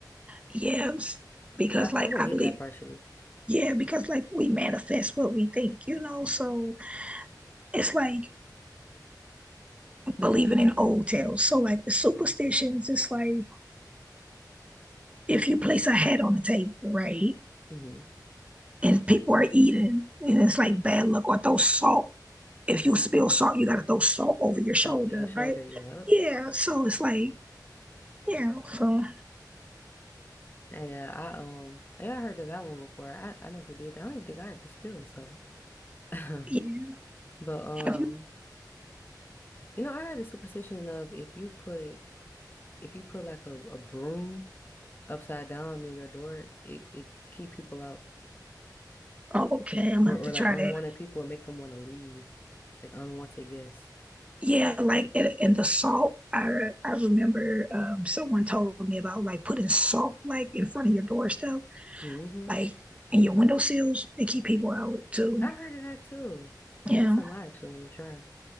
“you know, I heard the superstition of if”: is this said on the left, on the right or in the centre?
Left